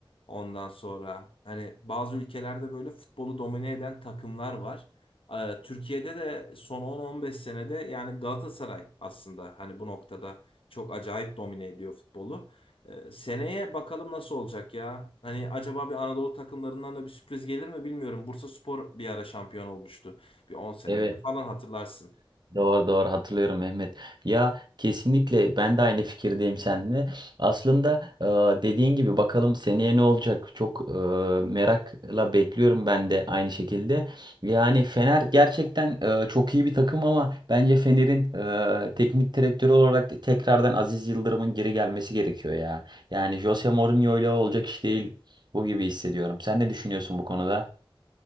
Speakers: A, on the left; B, on the right.
A: ondan sonra hani bazı ülkelerde böyle futbolu domine eden takımlar var. E, Türkiye'de de son 10-15 senede yani Galatasaray aslında hani bu noktada çok acayip domine ediyor futbolu. Ee, seneye bakalım nasıl olacak ya. Hani acaba bir Anadolu takımlarından da bir sürpriz gelir mi bilmiyorum. Bursaspor bir ara şampiyon olmuştu. Bir on sene
B: Evet.
A: önce falan hatırlarsın.
B: Doğru doğru hatırlıyorum Mehmet. Ya kesinlikle ben de aynı fikirdeyim seninle. Aslında e, dediğin gibi bakalım seneye ne olacak? Çok e, merakla bekliyorum ben de aynı şekilde. Yani Fener gerçekten e, çok iyi bir takım ama bence Fener'in e, teknik direktörü olarak tekrardan Aziz Yıldırım'ın geri gelmesi gerekiyor ya. Yani Jose Mourinho ile olacak iş değil bu gibi hissediyorum. Sen ne düşünüyorsun bu konuda?